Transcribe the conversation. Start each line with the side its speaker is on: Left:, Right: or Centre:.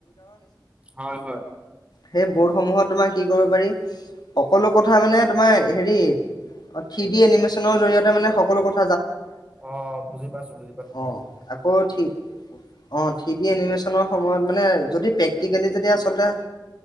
Right: হয় হয়
Left: সেই বৰ্ডসমূহত তোমাৰ কি কৰিব পাৰি সকলো কথা মানে তোমাৰ হেৰি থ্ৰি ডি এনিমেচনৰ জৰিয়তে মানে সকলো কথ
Right: অ বুজি পাইছো বুজি পা
Left: অ আকৌ থি অ থ্ৰি দি এনিমেছনৰ সময়ত মানে যদি আজিকালি যদি আচলতে হয়